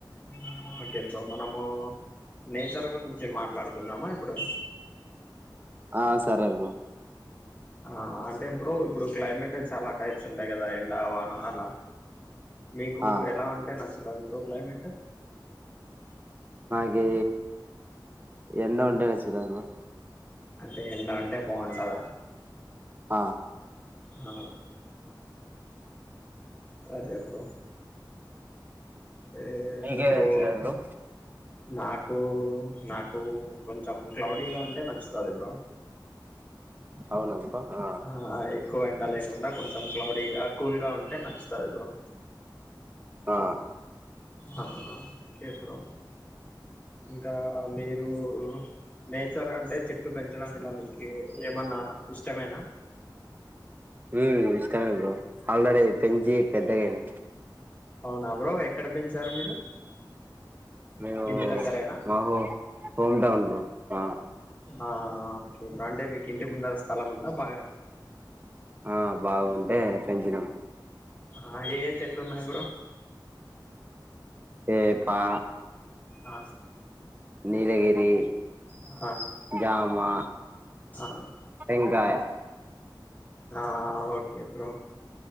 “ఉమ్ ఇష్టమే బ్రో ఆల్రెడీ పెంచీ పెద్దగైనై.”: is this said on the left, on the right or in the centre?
Right